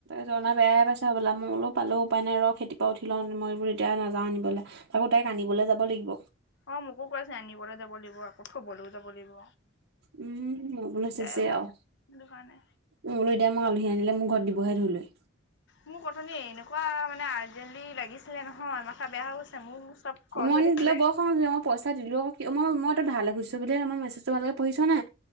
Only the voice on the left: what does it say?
অ মোকো কৈছে আনিবলৈ যাব লাগিব আকৌ থ'বলৈও যাব লাগিব।
দিগদাৰে
হৈছে
সেইটো কাৰণে
মোক অথনি এনেকুৱা মানে আৰ্জেন্টলি লাগিছিলে নহয় মাথা বেয়া হৈ গৈছে মোৰ। চব খৰচ
হৈ থাকিলে